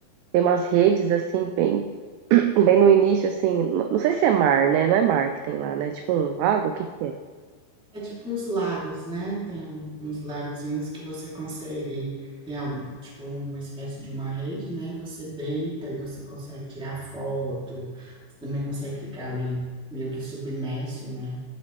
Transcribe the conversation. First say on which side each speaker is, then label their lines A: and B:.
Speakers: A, on the right; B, in the centre.
A: tem umas redes assim bem <clears throat> bem no início assim, n- não sei se é mar, né? Não é mar que tem lá, né? Tipo um lago, o que que é?
B: É tipo uns lagos, né? Tem um- uns lagozinhos que você consegue, tem algum, tipo uma espécie de uma rede, né? E você deita e você consegue tirar foto, você também consegue ficar ali meio que submerso, né?